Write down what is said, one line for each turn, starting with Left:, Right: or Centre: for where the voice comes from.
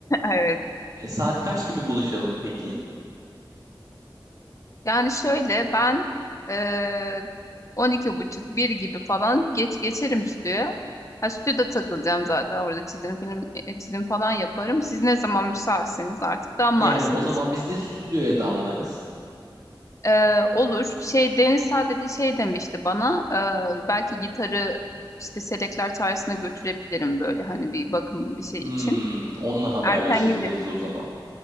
Left: Evet.
Right: E, saat kaç gibi buluşalım peki?
Left: Yani şöyle ben eee 12 buçuk bir gibi falan geç geçerim stüdyoya. Ha, stüdyoda takılacağım zaten. Orada çizim film e, çizim falan yaparım. Siz ne zaman müsaitseniz artık damlarsınız.
Right: Yani o zaman biz de stüdyoya damlarız.
Left: Eee, olur. Şey Deniz sadece şey demişti bana. eee, belki gitarı işte Selekler Çağrısı'na götürebilirim böyle hani bir bakım bir şey
Right: Hmm,
Left: için.
Right: onunla haberleşebiliriz
Left: Erken
Right: o zaman.